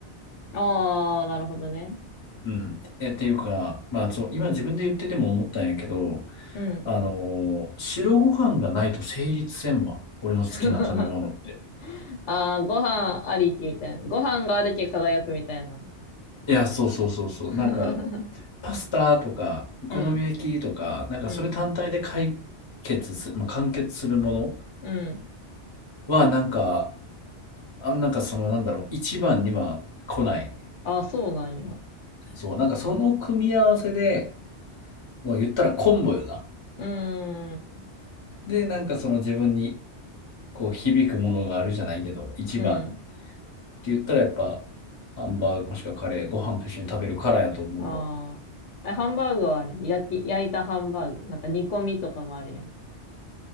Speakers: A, on the left (about 75°); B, on the left (about 30°).
A: ああ、なるほどね。
B: うん。え、っていうか、まあそう、今自分で言ってても思ったんやけど、
A: うん。
B: あの、白ご飯がないと成立せんわ。俺の好きな食べ物って。
A: <laughs> ああ、ご飯ありきみたいな。ご飯があるけ輝くみたいな。
B: いや、そうそうそうそう。
A: <laughs>
B: なんか、パスタとか、お好み焼きとか、
A: うん、
B: なんかそれ単体で解決する、
A: うん、
B: まあ、完結するもの
A: うん。
B: は、なんか、あ、なんかその、なんだろう、一番には来ない。
A: ああ、そうなんや。う
B: そう、なんかその組み合わせで、もう言ったらコンボよな。
A: ーん、
B: で、なんかその自分にこう響くものがあるじゃないけど、一番って
A: うん。
B: 言ったらやっぱ、ハンバーグもしくはカレー、ご飯と一緒に食べるからやと思うわ。
A: ああ。え、ハンバーグはあれ、焼き、焼いたハンバーグ。なんか煮込みとかもあるやん。